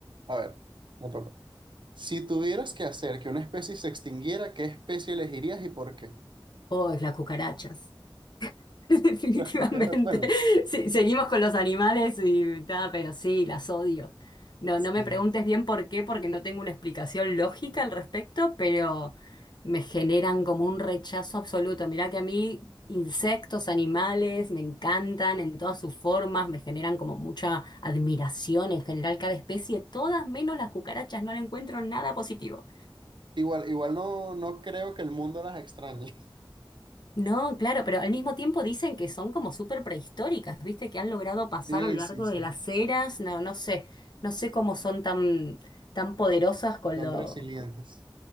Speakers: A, on the right; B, on the left.
A: A ver, me toca. Si tuvieras que hacer que una especie se extinguiera, ¿qué especie elegirías y por qué?
B: Oh, es las cucarachas. <laughs> Definitivamente.
A: Las cucarachas, bueno,
B: Sí, seguimos con los animales y ta, pero sí, las odio. No,
A: sí.
B: no me preguntes bien por qué, porque no tengo una explicación lógica al respecto, pero me generan como un rechazo absoluto. Mirá que a mí insectos, animales, me encantan en todas sus formas, me generan como mucha admiración en general cada especie, todas menos las cucarachas, no le encuentro nada positivo.
A: Igual, igual no, no creo que el mundo las extrañe. <laughs>
B: No, claro, pero al mismo tiempo dicen que son como súper prehistóricas, ¿viste? Que han logrado pasar
A: Sí,
B: a lo largo
A: sí, sí,
B: de las eras, no, no sé, no sé cómo son tan, tan poderosas con
A: son
B: lo,
A: resilientes.